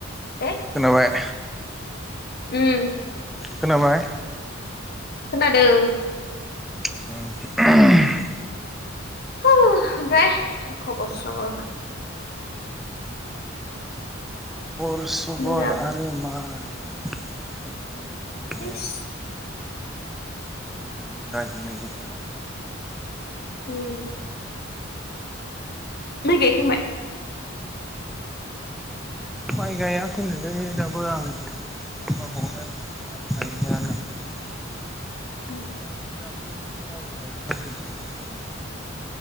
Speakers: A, on the left; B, in the centre.
A: <unintelligible>
B: खोनाबाय
A: उम
B: खोनाबाय
A: खोनादों
B: <inaudible>
A: <inaudible> ओमफाय खबर सबर
B: खबर सबर
A: मोजां
B: आरो मा होननो? <unintelligible> बिदिनो
A: थैस
B: मोजां गाज्रिनि गेजेराव
A: उम माइ‌ गायखांबाय।
B: माइ गायाखैनोलै दाबो आं मा खालाम बावनो? <unintelligible> <unintelligible>
A: उम,
B: गाय माने दाबो रावबो गायदोंनो